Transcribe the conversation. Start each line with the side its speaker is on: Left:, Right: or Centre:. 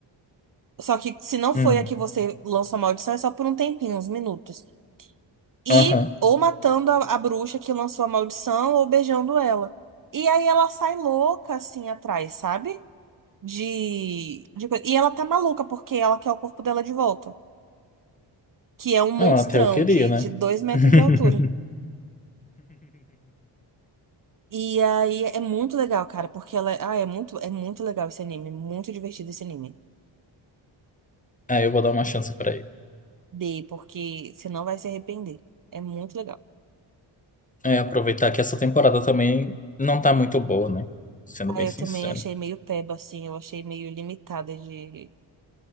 Right: Só que se não foi
Left: Hum,
Right: a que você lançou a maldição, é só por um tempinho, uns minutos. E
Left: aham.
Right: ou matando a, a bruxa que lançou a maldição ou beijando ela. E aí ela sai louca assim atrás, sabe? De, de... coi- E ela tá maluca porque ela quer o corpo dela de volta. que é um monstrão
Left: Não, até eu queria,
Right: de,
Left: né?
Right: de dois metros
Left: <laughs>
Right: de altura. E aí é muito legal, cara, porque ela. Ah, é muito, é muito legal esse anime. Muito divertido esse anime.
Left: É, eu vou dar uma chance pra ele.
Right: Dei, porque você não vai se arrepender. É muito legal.
Left: É, aproveitar que essa temporada também não tá muito boa, né? Sendo
Right: Ah,
Left: bem
Right: eu
Left: sincero.
Right: também achei meio peba, assim. Eu achei meio limitada de.